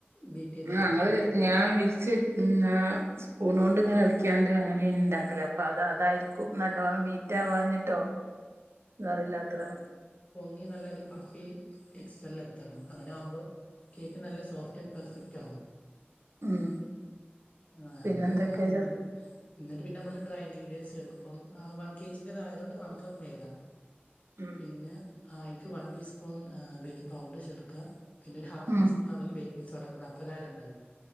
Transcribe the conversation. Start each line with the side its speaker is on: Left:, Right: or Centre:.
Left: ബീറ്റ് ചെയ്തെടുക്കുക
Right: ഞങ്ങളെ ഞാൻ വിച്ച് ഉം ആഹ് സ്പൂണൊണ്ട് ഇങ്ങനെ എൾക്കീ യാണ്ട് അങ്ങനേ നി ഇണ്ടാക്കല്. അപ്പൊ അത് അതായിരിക്കും നല്ലോണം ബീറ്റാവാഞ്ഞിട്ടോ അറിയില്ല അത്രെ
Left: ഇഞ്ഞി നല്ലൊരു പഫി ടെക്സ്ചറിൽ എത്തണം. അങ്ങനെ ആവുമ്പോ കേക്ക് നല്ല സോഫ്റ്റ് ആൻഡ് പെർഫക്റ്റാവും.
Right: ഉം.
Left: ആ ഞങ്ങള്
Right: പിന്നെ എന്തൊക്കെയാ
Left: അങ്ങനെ
Right: ചേർ
Left: ഇന്നട്ട് പിന്നെ നമ്മള് ഡ്രൈ ഇൻഗ്രീഡിയൻസ് ചേർക്കും. ഇപ്പം ആ വൺ കെജിന്റെതായതോണ്ട് വൺ കപ്പ് മൈദ.
Right: മ്
Left: പിന്നെ ആ ആയിക്ക് വൺ ടീസ്പൂൺ ആഹ് ബേക്കിംഗ് പൗഡറ് ചേർക്ക. പിന്നെ ഒരു ഹാഫ്
Right: ഉം
Left: ടീസ്പൂൺ അളവിൽ ബേ ക്കിംഗ് സോഡാ മ്മളെ അപ്പക്കാരം ണ്ടല്ലേ